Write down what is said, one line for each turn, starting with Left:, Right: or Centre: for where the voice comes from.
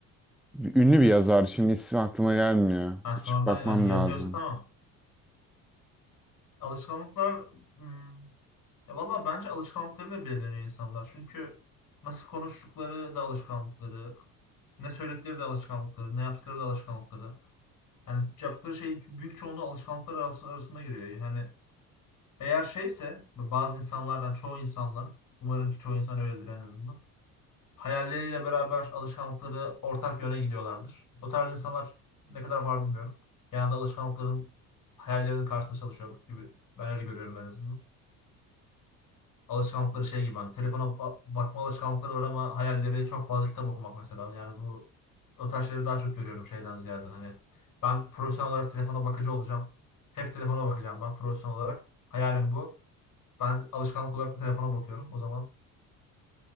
Centre: Ünlü bir yazar. Şimdi ismi aklıma gelmiyor.
Left: Ha sonradan
Centre: Açıp bakmam
Left: yani yazıyorsa
Centre: lazım.
Left: tamam. Alışkanlıklar hmm, ya valla bence alışkanlıkları da belirleniyor insanlar. Çünkü nasıl konuştukları da alışkanlıkları, ne söyledikleri de alışkanlıkları, ne yaptıkları da alışkanlıkları. Yani yaptıkları şey büyük çoğunluğu alışkanlıklar arası- arasında giriyor. Yani eğer şeyse bazı insanlardan çoğu insanlar umarım ki çoğu insan öyledir en azından. hayalleriyle beraber alışkanlıkları ortak yöne gidiyorlardır. O tarz insanlar ne kadar var bilmiyorum. Genelde alışkanlıkların hayallerinin karşısında çalışıyor gibi. Ben öyle görüyorum en azından. Alışkanlıkları şey gibi hani telefona ba- bakma alışkanlıkları var ama hayalleri çok fazla kitap okumak mesela. Yani bu o tarz şeyleri daha çok görüyorum şeyden ziyade hani ben profesyonel olarak telefona bakıcı olacağım. Hep telefona bakacağım ben profesyonel olarak. Hayalim bu. Ben alışkanlık olarak da telefona bakıyorum. O zaman